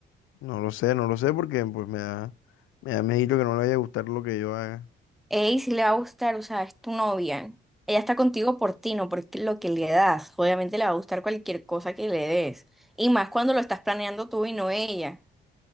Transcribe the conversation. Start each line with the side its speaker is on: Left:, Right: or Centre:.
Left: No lo sé, no lo sé porque pues me da, me da miedito que no le vaya a gustar lo que yo haga.
Centre: Ey, si le va a gustar, o sea, es tu novia. Ella está contigo por ti, no por lo que le das. Obviamente le va a gustar cualquier cosa que le des. Y más cuando lo estás planeando tú y no ella.